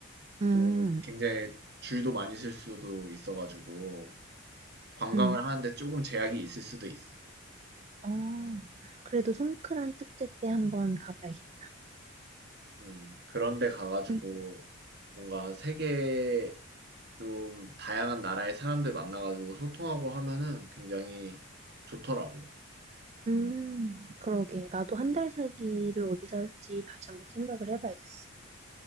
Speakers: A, on the right (about 30°); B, on the right (about 50°).
A: 응,
B: 또 굉장히 줄도 많이 설 수도 있어가지고 관광을
A: 응.
B: 하는데 조금 제약이 있을 수도 있어.
A: 어, 그래도 송크란 축제 때 한번 가봐야겠다.
B: 음, 그런데 가가지고
A: 응,
B: 뭔가 세계 좀 다양한 나라의 사람들 만나 가지고 소통하고 하면은 굉장히 좋더라고.
A: 음, 그러게. 나도 한 달 살기를 어디서 할지 다시 한번 생각을 해봐야겠어.